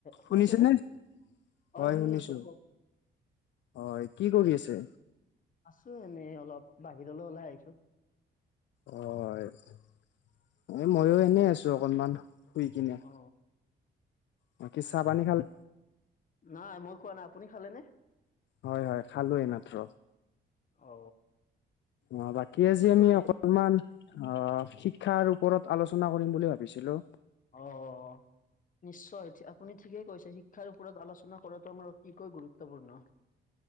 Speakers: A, on the left; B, on the left.
A: শুনিছে
B: শুনিছেনে?
A: নে?
B: হয়
A: অ' শুনি
B: শুনিছো।
A: আছোঁ। কোৱ
B: হয় কি কৰি আছে?
A: আছোঁ এনে অলপ, বাহিৰলৈ ওলাই আহিছোঁ।
B: অ'। এ মইও এনে আছোঁ অকনমান, শুই কিনে।
A: অ
B: বাকী কি চাহ-পানী খালে?
A: নাই মই খোৱা নাই। আপুনি খালে নে?
B: হয়-হয়, খালোঁ এইমাত্ৰ।
A: অ
B: অ' বাকী আজি
A: কি
B: আমি
A: কৰি
B: অকণমান অ' শিক ক্ষাৰ ওপৰত আলোচনা কৰিম বুলি ভাবিছিলোঁ।
A: অ'। নিশ্চয়, ঠি- আপুনি ঠিকেই কৈছে। শিক্ষাৰ ওপৰত আলোচনা কৰাটো আমাৰ অতিকৈ গুৰুত্বপূৰ্ণ।